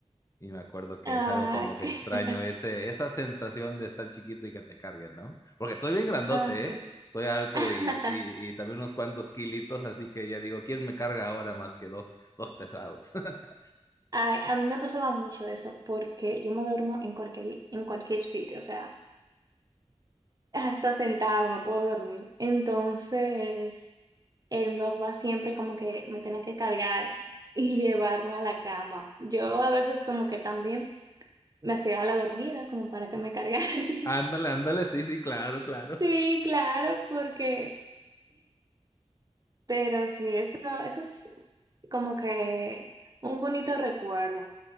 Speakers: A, on the left; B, on the right.
A: y me acuerdo que
B: Ay,
A: es algo como que extraño
B: <laughs>
A: ese, esa sensación de estar chiquito y que te carguen, ¿no? Porque estoy bien grandote,
B: ah, sí.
A: ¿eh? Soy alto
B: <laughs>
A: y, y, y también unos cuantos kilitos, así que ya digo, ¿quién me carga ahora más que dos, dos pesados? <laughs>
B: Ay, a mí me pasaba mucho eso porque yo me duermo en cualquier, en cualquier sitio, o sea, hasta sentado me puedo dormir. Entonces, eh, mi papá siempre como que me tenía que cargar y llevarme a la cama. Yo a veces como que también me hacía la dormida como para que me cargara. <laughs>
A: ándale, ándale, sí, sí, claro, claro.
B: Sí, claro, porque... Pero sí, eso, eso es como que un bonito recuerdo.